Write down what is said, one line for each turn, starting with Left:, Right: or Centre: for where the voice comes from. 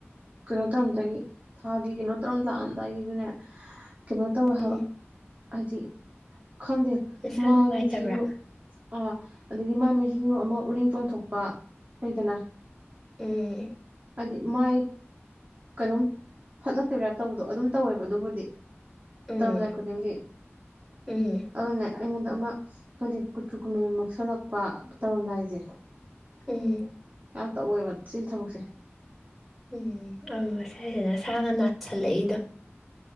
Right: ꯀꯩꯅꯣ ꯇꯧꯔꯝꯗꯥꯗꯒꯤ ꯊꯥꯒꯤ ꯀꯩꯅꯣ ꯇꯧꯔꯝ ꯂꯥꯛꯑꯝꯗꯥꯏꯒꯤꯗꯨꯅꯦ ꯀꯩꯅꯣ ꯇꯧꯋꯦ ꯍꯥꯏꯕ
Centre: ꯎꯝ
Right: ꯍꯥꯏꯗꯤ ꯈꯪꯗꯦ
Centre: ꯅꯁꯥ
Right: ꯃꯥꯏ
Centre: ꯅꯨꯡꯉꯥꯏꯇꯕ꯭ꯔꯥ
Right: ꯃꯤꯊꯁꯨ ꯑꯥ ꯑꯗꯨꯗꯒꯤ ꯃꯥꯏ ꯃꯩꯁꯨ ꯑꯃ ꯎꯔꯤꯡ ꯆꯣꯡꯊꯣꯛꯄ ꯂꯩꯗꯅ
Centre: ꯎꯝ ꯎꯝ
Right: ꯑꯗꯤ ꯃꯥꯥꯏ ꯀꯩꯅꯣꯝ ꯐꯠꯂꯛꯇꯕ꯭ꯔꯥꯞ ꯇꯧꯕꯗꯣ ꯑꯗꯨꯝ ꯇꯧꯋꯦꯕ ꯑꯗꯨꯕꯨꯗꯤ
Centre: ꯎꯝ
Right: ꯇꯧꯔꯝꯗꯥꯏ ꯈꯨꯗꯤꯡꯒꯤ
Centre: ꯎꯝ
Right: ꯑꯗꯨꯅꯦ ꯑꯩꯉꯣꯟꯗ ꯑꯃ ꯍꯥꯏꯗꯤ ꯀꯨꯆꯨ ꯀꯨꯃꯦꯟ ꯃꯛꯁꯜꯂꯛꯄ ꯇꯧꯔꯝꯗꯥꯏꯁꯦ
Centre: ꯎꯝ
Right: ꯉꯥꯛꯇ ꯑꯣꯏꯌꯦꯕ ꯁꯤꯒꯤ ꯊꯕꯛꯁꯦ
Centre: ꯎꯝ ꯑ ꯉꯁꯥꯏꯁꯤꯅ ꯁꯥꯒ ꯅꯥꯁꯜꯂꯛꯏꯗꯣ